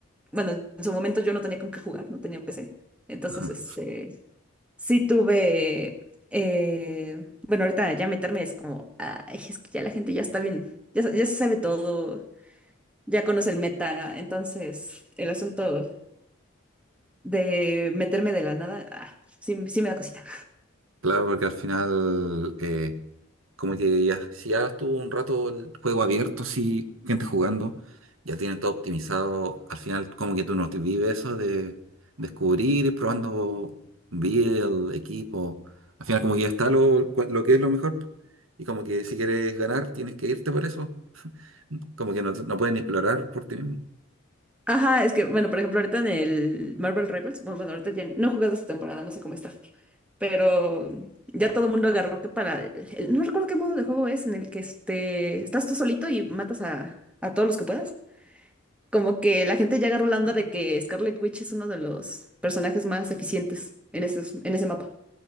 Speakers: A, in the centre; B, on the right (about 75°).
A: bueno, en su momento yo no tenía con qué jugar, no tenía PC. Entonces,
B: Ajá.
A: este, sí tuve, eh, bueno, ahorita ya meterme es como, ay, es que ya la gente ya está bien, ya, sa- ya se sabe todo, ya conoce el meta, entonces el asunto de meterme de la nada, ah, sí, sí me da cosita.
B: Claro, porque al final, eh, como que ya, si ya estuvo un rato el juego abierto, sí, gente jugando, ya tienen todo optimizado. Al final, como que tú no te vives eso de descubrir, ir probando build, equipo. Al final, como que ya está lo, cua- lo que es lo mejor. Y como que si quieres ganar, tienes que irte por eso. Como que no, no pueden explorar por ti mismo.
A: Ajá, es que, bueno, por ejemplo, ahorita en el Marvel Rivals, bueno, bueno, ahorita ya no he jugado esta temporada, no sé cómo está, pero ya todo el mundo agarró que para, el- el- no recuerdo qué modo de juego es, en el que este, estás tú solito y matas a, a todos los que puedas. Como que la gente ya agarró la onda de que Scarlet Witch es uno de los personajes más eficientes en ese, en ese mapa.